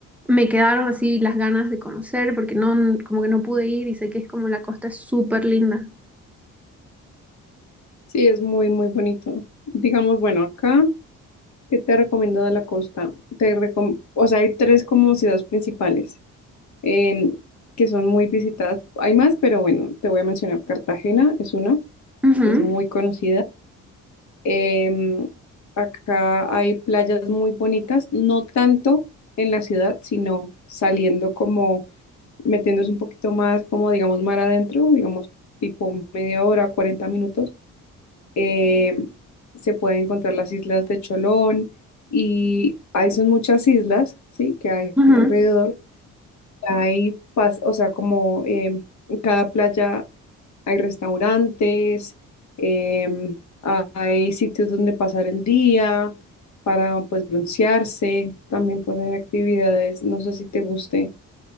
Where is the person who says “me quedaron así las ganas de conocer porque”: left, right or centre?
Centre